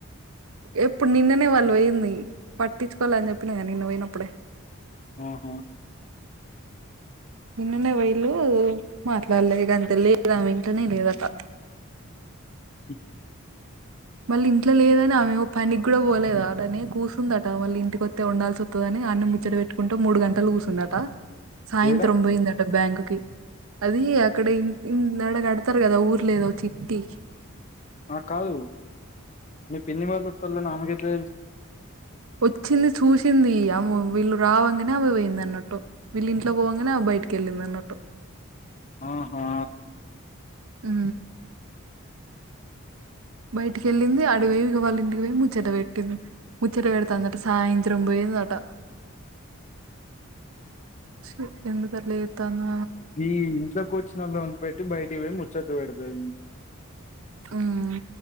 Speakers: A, on the right (about 75°); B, on the left (about 30°).
A: ఎప్పుడు నిన్ననే వాళ్ళు పోయింది పట్టించుకోల అని చెప్పిన గా నిన్న పోయినప్పుడే
B: ఆహా
A: నిన్ననే పోయిళ్లు మాట్లాడలేదు గంతే లేదు ఇంట్లనే లేదంట
B: హ్మ్.
A: మళ్ళీ ఇంట్లో లేదని ఆమె ఏమో పనికి కూడా పోలేదు ఆడనే కూర్చందట మళ్ళీ ఇంటికొస్తే వండాల్సి వత్ తదని అన్ని ముచ్చడ పెట్టుకుంట మూడు గంటలు కూర్చందట సాయంత్రం
B: ఏడా
A: పోయిందట బ్యాంక్కి అది అక్కడ ఇ అడగడతారు కదా ఊర్లేద చిట్టి
B: ఆ కాదు మీ పిన్ని వాళ్ళ వత్తాళ్లు అని ఆమెకేట్ల తెలుసు
A: వచ్చింది చూసింది అ వీళ్ళు రావంగానే ఆమె పోయింది అన్నట్టు వీళ్ళ ఇంట్లో పోవంగానే బయటికి వెళ్ళింది అన్నట్టు
B: ఆహా
A: ఊ బయటికి వెళ్ళింది అడ ఓయి ఇగ వాళ్ళ ఇంటికి పోయి ముచ్చట పెట్టింది ముచ్చట పెడుతాందట సాయంత్రం పోయిందట చి ఎందుకట్ల చెత్తాందో
B: ఈ ఇంట్లోకి వచ్చిన వాళ్ళన్ పెట్టి బయటకి పోయి ముచ్చట్లు పెడదది
A: ఉమ్